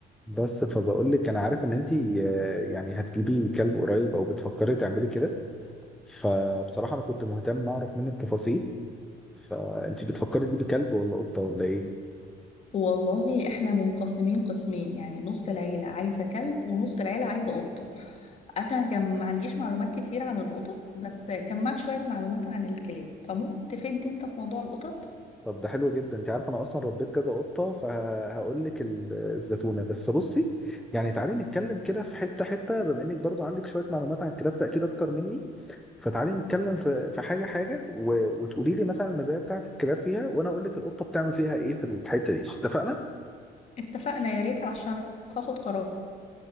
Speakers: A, in the centre; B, on the left.
A: بس فبقول لك انا عارف ان انت يعني هتجيبي كلب قريب او بتفكري تعملي كده فبصراحه انا كنت مهتم اعرف منك تفاصيل فانت بتفكري تجيبي كلب ولا قطه ولا ايه
B: والله احنا منقسمين قسمين يعني نص العيلة عايزة كلب ونص العيلة عايزة قطة انا جم... ما عنديش معلومات كتير عن القطط بس جمعت شوية معلومات عن الكلاب فممكن تفيدني انت في موضوع القطط
A: طب ده حلو جدا انت عارف انا اصلا ربيت كذا قطه فهقول لك ال- الزتونه بس بصي يعني تعالي نتكلم كده في حته حته بما انك برضو عندك شويه معلومات عن الكلاب فاكيد اكتر مني فتعالي نتكلم في في حاجه حاجه و- وتقولي لي مثلا المزايا بتاعت الكلاب فيها وانا اقول لك القطه بتعمل فيها ايه في الحته دي اتفقنا
B: اتفقنا يا ريت عشان أعرف اخد قرار